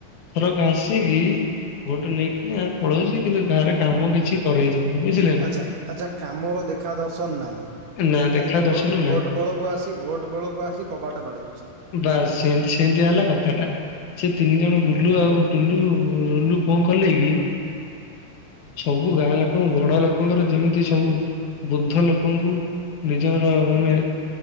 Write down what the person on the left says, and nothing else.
ଥରକ ଆସିକି ଭୋଟ ନେଇକିନା ପଳଉଚି କିନ୍ତୁ ଗାଁରେ କାମ କିଛି କରେଇ ଦଉନି ବୁଝିଲେ ନା?
ନା ଦେଖା
ଦର୍ଶନ
ନାହିଁ
ବାସ୍ ସେନ୍ତେ ସେଏନ୍ତିଆ ହେଲା କଥାଟା ସେ ତିନି ଜଣ ବୁଲୁ
ଆଉ ଟୁଲୁ ଲୁଲୁ କଣ କଲେ କି ସବୁ ଗାଁ ଲୋକଙ୍କୁ ବଡ ଲୋକଙ୍କର ଯେମିତି ସବୁ ବୁଦ୍ଧ ଲୋକଙ୍କୁ ନିଜର ମାନେ